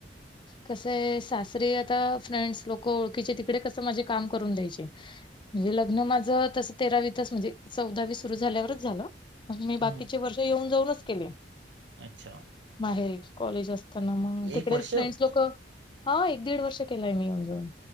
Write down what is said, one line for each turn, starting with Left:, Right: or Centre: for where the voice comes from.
Left: कस आहे सासरी आता फ्रेंड्स लोकं ओळखीचे तिकडे कसं माझ काम करून द्यायचे. म्हणजे लग्न माझं तसं तेरावी तच म्हणजे चौदावी सुरू झाल्यावरच झालं. मग मी
Right: हम्म
Left: बाकीचे वर्ष येऊन जाऊनच केले.
Right: अच्छा.
Left: माहेरी कॉलेज असताना मग तिकडेच
Right: एक वर्ष?
Left: फ्रेंड्स लोक हो एक दीड वर्ष केलाय मी येऊन जाऊन.